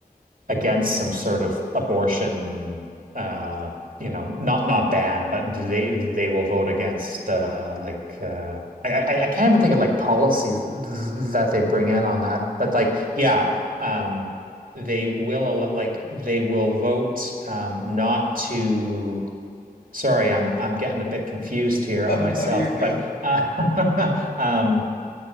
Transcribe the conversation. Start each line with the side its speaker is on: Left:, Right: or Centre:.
Right: against some sort of abortion, uh, you know, not not ban, but they they will vote against uh, like uh, I, I I can't even think of like policies th that they bring in on that, but like yeah, um, they will al- like they will vote um, not to. Sorry, I'm I'm getting a bit confused
Left: <laughs>
Right: here
Left: no,
Right: on myself,
Left: you're good.
Right: but uh, <laughs> um,